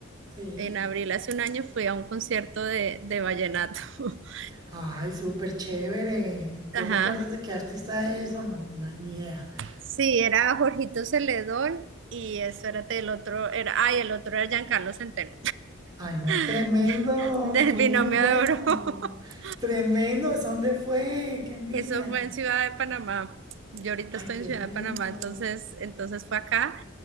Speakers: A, on the right; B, on the right.
A: sí.
B: en abril, hace un año fui a un concierto de, de vallenato. <laughs>
A: Ay, súper chévere. ¿Tú
B: Ajá.
A: recuerdas de qué artista es o no? No, Ni idea.
B: Sí, era Jorgito Celedón y espérate, el otro era, ay, el otro era Giancarlo Centeno,
A: Ay, no, tremendo.
B: <laughs> del
A: Estuvo
B: binomio
A: muy bueno.
B: de oro. <laughs>
A: Tremendo. ¿Es dónde fue? ¡Qué envidia!
B: Eso fue en Ciudad de Panamá. Yo ahorita
A: Ay,
B: estoy
A: qué
B: en Ciudad
A: rico.
B: de Panamá, entonces, entonces fue acá.